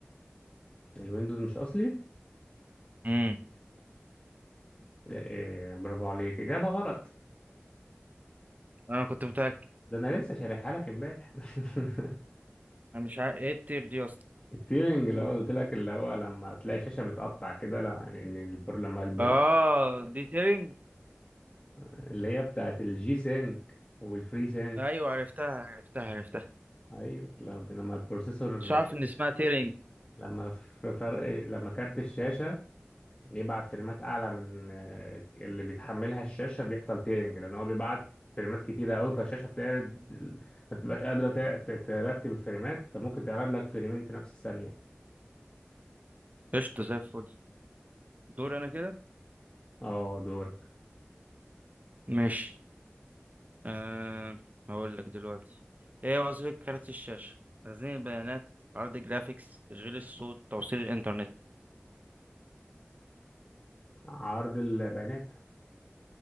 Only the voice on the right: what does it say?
مم.
انا كنت متأكد
انا مش عارف ايه التير دي اصلا
اه دي تيرنج
ايوه عرفتها عرفتها عرفتها
مش عارف ان اسمها تيرنج
قشطة زي الفل دور انا كده
ماشي أه هقول لك دلوقتي ايه وظيفة كارت الشاشة تخزين البيانات عرض جرافيكس تشغيل الصوت توصيل الانترنت